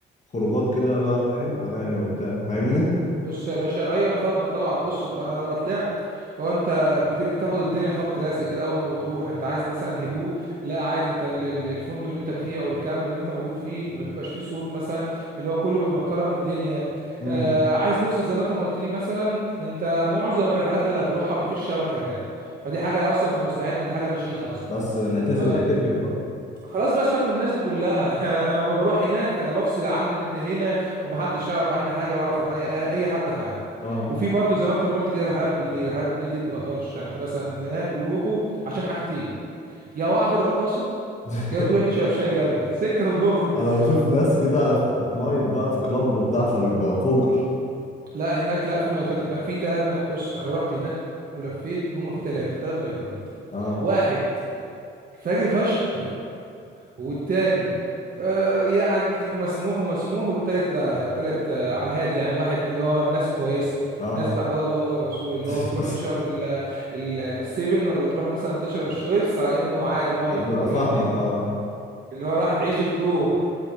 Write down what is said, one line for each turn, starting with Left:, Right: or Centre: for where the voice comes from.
Left: خروجات كده بقى فاهم اغاني وبتاع فاهمني
Right: بص يا باشا ايوه انا فاهمك طبعا بص ب- انا لما طلعت هو انت بت- بتاخد الدنيا خبط لزق كده اول ما بتروح انت عايز مثلا هدوء لا عادي انت ال- ال- الفندق اللي انت فيه او الكامب اللي انت موجود فيه ما بيبقاش فيه صوت مثلا اللي هو كله بيبقى محترم الدنيا
Left: امم
Right: آه عايز تفصل زي ما انت ما قلت لي مثلا ما انت معظم الرحلات اللي هتروحها ما فيش شبكه هناك فدي حاجه اصلا في مصلحتنا دي حاجه فشيخه اصلا
Left: بس نعتزل
Right: ف...
Left: نعتكف بقى
Right: خلاص بقى سيبك من الناس دي كلها <laughs> انا لما بروح هناك انا بفصل عن ان هنا ومحدش يعرف عني حاجه ولا اعرف عن حي- اي حد حاجه
Left: اه
Right: وفي برضه زي ما انت ما قلت كده رحلات بالليل رحلات بالليل دي بتبقى طرش يعني انت مثلا اللي هناك بيروحوا عشان حاجتين يا وعد الرقاصه
Left: <laughs>
Right: يا بتروح تشرب شاي جبل <laughs> سكه ودغري
Left: انا بشوف ناس كده في نايت بقى في كلاب وبتاع فبيبقى فجر
Right: لا هناك لا في نايتات هناك في ثلاث نا... بص انا رحت هناك ولفيت هم في ثلاثه ثلاث نايتات
Left: اه
Right: واحد فجر فشخ والتاني آه، يعني مسموح ومسموح والتالت لا التالت آه، على الهادي يعني واحد اللي هو الناس كويسة
Left: اه
Right: الناس بتاع قال الله وقال الرسول اللي
Left: <laughs>
Right: هو بتروح تشرب ال- ال- السيفن ولا تروح مثلا تشرب الشويبس على انه عادي مية
Left: أب-
Right: فاهمني
Left: افهمك اه
Right: اللي هو راح تعيش الدور